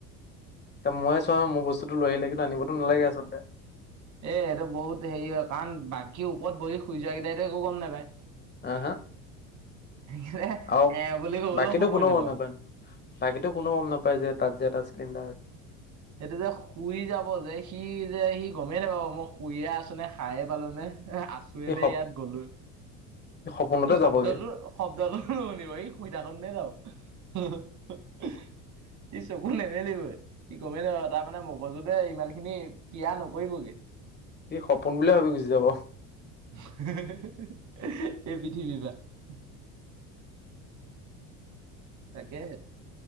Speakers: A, on the left; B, on the right.
A: এ ময়ে চোৱা মোৰ বস্তুটো লৈ আহিলে কিন্তু আনিবতো নালাগে আচলতে।
B: এ এইটো বহুত হেৰি হয় কাৰণ বাকী ওপৰত বহি শুই যোৱা কেইটাইটো একো গম নাপায়।
A: আহ হা
B: সেইকাৰণে
A: আৰু
B: এ বুলি ক'বলৈও
A: বাকীটো
B: সময়
A: কোনো
B: নাপাওঁ।
A: গম নাপায় ন। বাকীতো কোনো গম নাপায় যে তাত যে এটা চিলিণ্ডাৰ
B: সেইটো যে শুই যাব যে সি যে সি গমেই নাপাব মই শুয়ে আছো নে খায়ে পালো নে আছোয়ে
A: এই
B: নে
A: সপ
B: ইয়াত গলো?
A: সপোনতে
B: ই শব্দটোৰ
A: যাবগে।
B: শব্দটো নুশুনিব ই শুই থাকোঁতেই যাব, হি হি হি হি। সি চকু নেমেলিবই। কি গমেই নাপাই তাৰ মানে মগজুতে ইমানখিনি কিয়াৰ নকৰিবগে।
A: সপোন বুলিয়ে ভাবি গুচি যাব।
B: হি হি হি হি হি এই পৃথিৱী পৰা। তাকে।